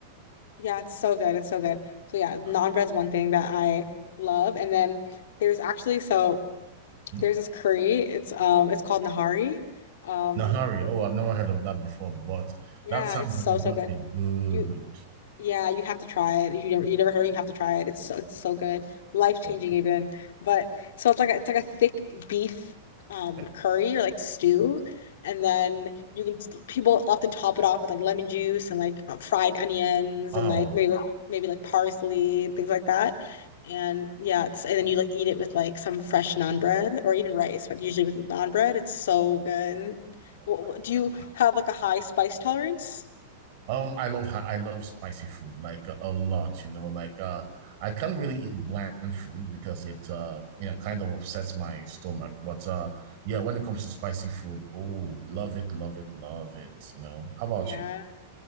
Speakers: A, on the left; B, on the right.
A: yeah. It's so good. It's so good. So yeah, naan
B: Uh,
A: bread's one thing that I love. And then there's actually so
B: hmm.
A: there's this curry. It's um, it's called Nahari. Um,
B: Nahari. Oh, I've never heard of that before, but
A: yeah,
B: that sounds
A: it's
B: like
A: so
B: it's
A: so
B: gonna
A: good.
B: be good.
A: You Yeah, you have to try it. If you never you never heard, you have to try it. It's so it's so good. Life-changing
B: Okay.
A: even. But so it's like a, it's like a thick beef um
B: Okay.
A: curry or like stew. And then you can people often top it off with like lemon juice and like uh, fried onions
B: Wow.
A: and like maybe like maybe like parsley, things like that. And yeah, it's and then you like eat it with like some fresh naan bread or even rice, but usually with naan bread, it's so good.
B: Oh,
A: What,
B: my
A: what, do you
B: God.
A: have like a high spice tolerance?
B: Um, I love I love spicy food like a a lot, you know. Like uh I can't really eat bland food because it uh you know kind of upsets my stomach. But uh yeah, when it comes to spicy food, oh, love it, love it, love it, you know. How about
A: Yeah.
B: you?